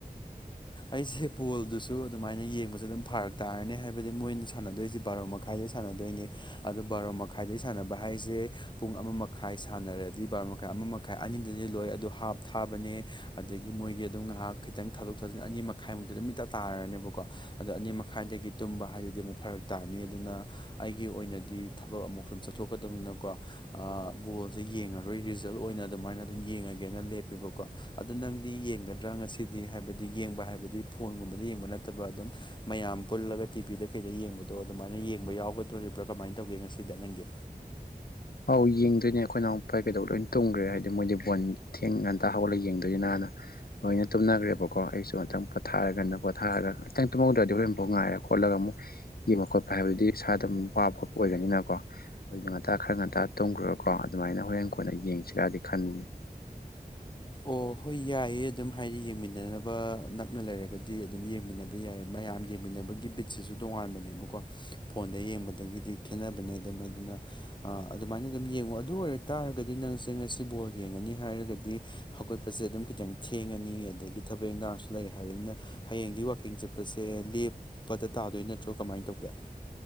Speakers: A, on the left (about 30°); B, on the left (about 75°).
A: ꯑꯩꯁꯦ ꯕꯣꯜꯗꯨꯁꯨ ꯑꯗꯨꯃꯥꯏꯅ ꯌꯦꯡꯕꯁ ꯑꯗꯨꯝ ꯐꯔꯛ ꯇꯥꯔꯅꯤ ꯍꯥꯏꯕꯗꯤ ꯃꯣꯏꯅ ꯁꯥꯟꯅꯗꯣꯏꯁꯦ ꯕꯥꯔꯣ ꯃꯈꯥ ꯃꯈꯥꯏꯗꯩ ꯁꯥꯟꯅꯗꯣꯏꯅꯦ ꯑꯗꯨ ꯕꯥꯔꯣ ꯃꯈꯥꯏꯗꯩ ꯁꯥꯟꯅꯕ ꯍꯥꯏꯁꯦ ꯄꯨꯡ ꯑꯃ ꯃꯈꯥꯏ ꯁꯥꯟꯅꯔꯗꯤ ꯕꯥꯔꯣ ꯃꯈꯥꯏ ꯑꯃ ꯃꯈꯥꯏ ꯑꯅꯤꯗꯗꯤ ꯂꯣꯏ ꯑꯗꯨ ꯍꯥꯞ ꯊꯥꯕꯅꯦ ꯑꯗꯒꯤ ꯃꯣꯏꯒꯤ ꯑꯗꯨꯝ ꯉꯥꯏꯍꯥꯛ ꯈꯤꯇꯪ ꯊꯥꯗꯣꯛ ꯊꯥꯖꯤꯟ ꯑꯅꯤ ꯃꯈꯥꯏꯃꯨꯛꯇꯤ ꯑꯗꯨꯃꯤꯠꯇ ꯇꯥꯔꯅꯦꯕꯀꯣ ꯑꯗ ꯑꯅꯤ ꯃꯈꯥꯏꯗꯒꯤ ꯇꯨꯝꯕ ꯍꯥꯏꯗꯨꯗꯤ ꯑꯃꯨꯛ ꯐꯔꯛ ꯇꯥꯅꯤ ꯑꯗꯨꯅ ꯑꯩꯒꯤ ꯑꯣꯏꯅꯗꯤ ꯊꯕꯛ ꯑꯃꯨꯛ ꯁꯨꯝ ꯆꯠꯊꯣꯛꯀꯗꯕꯅꯤꯅꯀꯣ ꯕꯣꯜꯁꯦ ꯌꯦꯡꯉꯔꯣꯏ ꯔꯤꯖꯜ ꯑꯣꯏꯅ ꯑꯗꯨꯃꯥꯏꯅ ꯑꯗꯨꯝ ꯌꯦꯡꯉꯒꯦꯅ ꯂꯦꯞꯄꯦꯕꯀꯣ ꯑꯗꯨ ꯅꯪꯗꯤ ꯌꯦꯡꯒꯗ꯭ꯔꯥ ꯉꯁꯤꯗꯤ ꯍꯥꯏꯕꯗꯤ ꯌꯦꯡꯕ ꯍꯥꯏꯕꯗꯤ ꯐꯣꯟꯒꯨꯝꯕꯗ ꯌꯦꯡꯕ ꯅꯠꯇꯕ ꯑꯗꯨꯝ ꯃꯌꯥꯝ ꯄꯨꯜꯂꯒ ꯇꯤꯚꯤꯗ ꯀꯩꯗ ꯌꯦꯡꯕꯗꯣ ꯑꯗꯨꯃꯥꯏꯅ ꯌꯦꯡꯕ ꯌꯥꯎꯒꯗꯣꯔꯤꯕ꯭ꯔꯥ ꯀꯃꯥꯏꯅ ꯇꯧꯒꯦ ꯉꯁꯤꯗ ꯅꯪꯒꯤ
B: ꯑꯧ ꯌꯦꯡꯗꯣꯏꯅꯦ ꯑꯩꯈꯣꯏ ꯅꯍꯎꯄꯥ ꯀꯩꯗꯧꯕ ꯂꯣꯏ ꯇꯧꯈ꯭ꯔꯦ ꯍꯥꯏꯗꯤ ꯃꯣꯏꯗꯤ ꯕꯣꯟ ꯊꯦꯡ ꯉꯥꯛꯇ ꯍꯧꯒꯠꯂꯒ ꯌꯦꯡꯗꯣꯏꯅꯤꯅ ꯍꯥꯟꯅ ꯂꯣꯏꯅ ꯇꯨꯝꯅꯈ꯭ꯔꯦꯕꯀꯣ ꯑꯩꯁꯨ ꯑꯃꯨꯇꯪ ꯄꯣꯊꯥꯔꯒꯅ ꯄꯣꯊꯥꯔꯒ ꯈꯤꯇꯪ ꯇꯨꯝꯍꯧꯗ꯭ꯔꯗꯤ ꯍꯣꯔ ꯑꯃꯨꯐꯥꯎ ꯉꯥꯏꯔ ꯈꯣꯠꯂꯒ ꯑꯃꯨꯛ ꯌꯦꯡꯕ ꯈꯣꯠꯄ ꯍꯥꯏꯕꯗꯨꯗꯤ ꯏꯁꯥꯗ ꯑꯗꯨ ꯋꯥꯕ ꯈꯣꯠꯄ ꯑꯣꯏꯒꯅꯤꯅꯀꯣ ꯑꯗꯨꯅ ꯉꯥꯛꯇ ꯈꯔ ꯉꯇ ꯑꯇꯥ ꯇꯣꯡꯈ꯭ꯔꯨꯔꯀꯣ ꯑꯗꯨꯃꯥꯏꯅ ꯍꯣꯔꯦꯟ ꯀꯣꯟꯅ ꯌꯦꯡꯁꯤꯔꯗꯤ ꯈꯟꯕꯅꯦ
A: ꯑꯣ ꯍꯣꯏ ꯌꯥꯏꯌꯦ ꯑꯗꯨꯝ ꯍꯥꯏꯗꯤ ꯌꯦꯡꯃꯤꯟꯅꯅꯕ ꯅꯛꯅ ꯂꯩꯔꯒꯗꯤ ꯑꯗꯨꯝ ꯌꯦꯡꯃꯤꯟꯅꯕ ꯌꯥꯏ ꯃꯌꯥꯝ ꯌꯦꯡꯃꯤꯟꯅꯕꯒꯤ ꯕꯤꯠꯁꯤꯁꯨ ꯇꯣꯉꯥꯟꯕꯅꯦꯕꯀꯣ ꯐꯣꯟꯗ ꯌꯦꯡꯕꯗꯒꯤꯗꯤ ꯈꯦꯠꯅꯕꯅꯦ ꯑꯗꯨꯝ ꯃꯗꯨꯅ ꯑꯗꯨꯃꯥꯏꯅ ꯑꯗꯨꯝ ꯌꯦꯡꯉꯣ ꯑꯗꯨ ꯑꯣꯏꯔ ꯇꯥꯔꯒꯗꯤ ꯅꯪꯁꯦ ꯉꯁꯤ ꯕꯣꯜ ꯌꯦꯡꯉꯅꯤ ꯍꯥꯏꯔꯒꯗꯤ ꯍꯧꯒꯠꯄꯁꯦ ꯑꯗꯨꯝ ꯈꯤꯇꯪ ꯊꯦꯡꯉꯅꯤ ꯑꯗꯒꯤ ꯊꯕꯛ ꯏꯟꯈꯥꯡꯁꯨ ꯂꯩ ꯍꯥꯏꯕꯅꯤꯅ ꯍꯌꯦꯡꯗꯤ ꯋꯀꯤꯡ ꯆꯠꯄꯁꯦ ꯂꯦꯞꯄꯗ ꯇꯥꯗꯣꯏ ꯅꯠꯇ꯭ꯔꯣ ꯀꯃꯥꯏꯅ ꯇꯧꯒꯦ